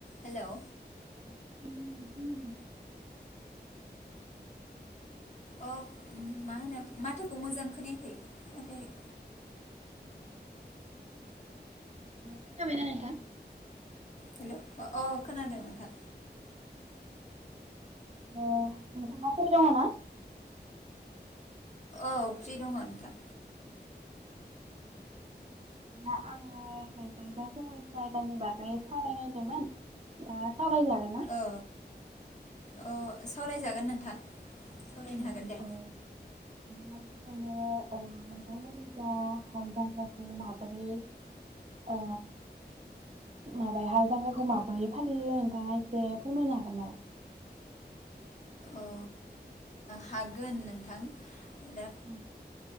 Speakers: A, on the left; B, on the right.
A: Hello
B: <unintelligible>
A: अ मा होनो माथोखौ मोजां खोनायाखै खोनाफैयाखै।
B: खोना बायना नोंथां?
A: हेलौ अ खोनादों नोंथां।
B: अ नोंथाङा फ्रि दङ ना?
A: औ फ्रि दङ नोंथां।
B: दा आङो नोंथांजों समास जायगानि बागै सावरायनायदोंमोन दा सावरायजागोन ना?
A: अ औ सावरायजागोन नोंथां। सावरायनो
B: औ
A: हागोन दे
B: औ नो नोंथांमोननि जा हालजांख्राखौ माबोरै ओ माबाय हाल ज्राखौ माबोरै फालियो नोंथाङा एसे फोरमायनो हागोन नामा?
A: औ ओ हागोन नोंथां। दा
B: औ